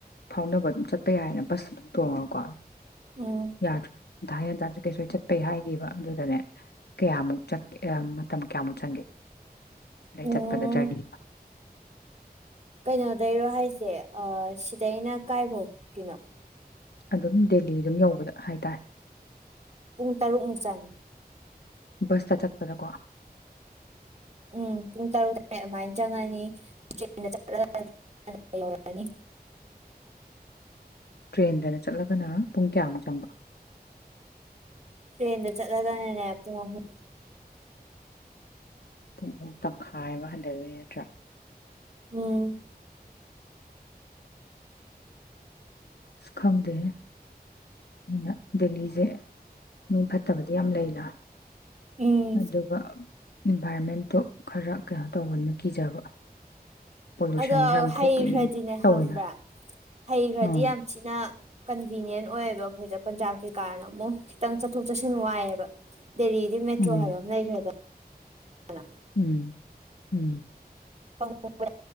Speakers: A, on the left; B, on the right.
A: ꯐꯥꯎꯅꯕ ꯑꯗꯨꯝ ꯆꯠꯄ ꯌꯥꯏꯅ ꯕꯁ ꯑꯗꯨꯝ ꯇꯣꯡꯉꯀꯣ
B: ꯎꯝ
A: ꯌꯥꯗ꯭ꯔ ꯊꯥꯏꯅ ꯗꯁꯨ ꯀꯩꯁꯨ ꯆꯠꯄꯩ ꯍꯥꯏꯈꯤꯕ ꯑꯗꯨꯗꯅꯦ ꯀꯌꯥꯃꯨꯛ ꯆꯠꯀꯦ ꯃꯇꯝ ꯀꯌꯥꯃꯨꯛ ꯆꯪꯒꯦ ꯑꯗꯩ
B: ꯎꯝ
A: ꯆꯠꯄꯗ ꯖ꯭ꯔꯅꯤ
B: ꯀꯩꯅꯣꯗꯩꯔꯣ ꯍꯥꯏꯁꯦ ꯁꯤꯗꯩꯅ ꯀꯥꯏꯐꯥꯎꯀꯤꯅꯣ
A: ꯑꯗꯨꯝ ꯗꯦꯜꯂꯤ ꯑꯗꯨꯝ ꯌꯧꯕꯗ ꯍꯥꯏꯇꯥꯔꯦ
B: ꯄꯨꯡ ꯇꯔꯨꯛ ꯃꯨꯛ ꯆꯪꯑꯦ
A: ꯕ꯭ꯁꯇ ꯆꯠꯄꯗꯀꯣ
B: ꯎꯝ ꯄꯨꯡ ꯇꯔꯨꯛ <inaudible> ꯑꯗꯨꯃꯥꯏꯅ ꯆꯪꯉꯅꯤ ꯇ꯭ꯔꯦꯟꯗ ꯆꯠꯂꯒꯅ ꯉꯟꯅ ꯌꯧꯔꯅꯤ
A: ꯇ꯭ꯔꯦꯟꯗꯅ ꯆꯠꯂꯒꯅ ꯄꯨꯡ ꯀꯌꯥꯃꯨꯛ ꯆꯪꯕ
B: ꯇ꯭ꯔꯟꯗ ꯆꯠꯂꯒꯅꯦ ꯑꯨꯡ ꯑꯍꯨꯝ
A: ꯄꯨꯡ ꯇꯪꯈꯥꯏ ꯑꯃ ꯍꯟꯊꯗꯣꯏ ꯅꯠꯇ꯭ꯔꯥ
B: ꯎꯝ
A: ꯁ ꯈꯪꯗꯦ ꯑꯩꯅ ꯗꯦꯜꯂꯤꯁꯦ ꯃꯤ ꯐꯠꯇꯕꯗꯤ ꯌꯥꯝ ꯂꯩꯅ
B: ꯎꯝ
A: ꯑꯗꯨꯒ ꯏꯟꯚꯥꯏꯔꯣꯟꯃꯦꯟꯇꯣ ꯈꯔ ꯀꯩꯅꯣ ꯇꯧꯕꯅꯤꯅ ꯀꯤꯖꯕ ꯄꯣꯂꯨꯁꯟꯁꯨ
B: ꯑꯗꯣ
A: ꯌꯥꯝ
B: ꯍꯩꯈ꯭ꯔꯗꯤꯅꯦ
A: ꯊꯣꯛꯄꯩ ꯇꯧꯋꯤꯅ
B: ꯈꯪꯕ꯭ꯔꯥ ꯍꯩꯈ꯭ꯔꯗꯤ
A: ꯑꯥ
B: ꯌꯥꯝ ꯊꯤꯅ ꯀꯟꯚꯤꯅꯤꯌꯦꯟ ꯑꯣꯏꯌꯦꯕ ꯑꯩꯈꯣꯏꯗ ꯄꯟꯖꯥꯕ ꯀꯩꯀꯥꯅ ꯑꯃꯨꯛ ꯈꯤꯇꯪ ꯆꯠꯊꯣꯛ ꯆꯠꯁꯤꯟ ꯋꯥꯏꯑꯦꯕ ꯗꯦꯜꯂꯤꯗꯤ ꯃꯦꯇ꯭ꯔꯣ
A: ꯎꯝ
B: ꯍꯥꯏꯕ ꯑꯃ ꯂꯩꯈ꯭ꯔꯦꯗꯅ ꯑꯂ
A: ꯎꯝ ꯎꯝ
B: ꯇꯧꯋꯦꯕ